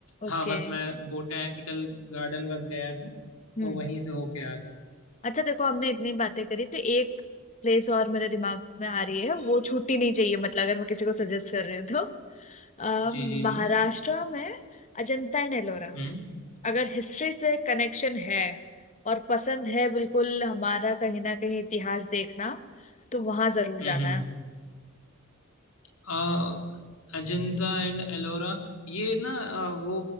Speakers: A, on the left; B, on the left.
A: ओके
B: हाँ बस मैं बोटैनिकल गार्डन बस गया था
A: हम्म
B: और वहीं से होके आ गया
A: अच्छा देखो हमने इतनी बातें करी तो एक प्लेस और मेरे दिमाग में आ रही है वो छुट्टी नहीं चाहिए मतलब अगर मैं किसी को सजेस्ट कर रही हूँ तो अ,
B: जी जी
A: महाराष्ट्र
B: जी
A: में अजंता एंड एलोरा
B: हम्म
A: अगर हिस्ट्री से कनेक्शन है और पसंद है बिल्कुल हमारा कहीं ना कहीं इतिहास देखना तो वहां जरूर
B: हम्म
A: जाना
B: हम्म
A: है
B: आ, अजंता एंड एलोरा ये ना आ, वो